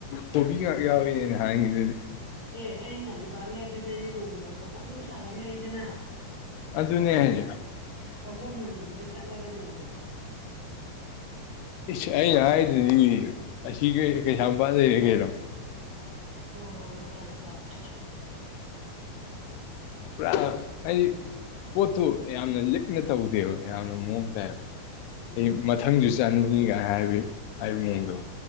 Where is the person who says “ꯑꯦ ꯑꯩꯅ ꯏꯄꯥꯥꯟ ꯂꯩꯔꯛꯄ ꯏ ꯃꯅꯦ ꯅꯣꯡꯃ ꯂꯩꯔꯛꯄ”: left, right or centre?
Right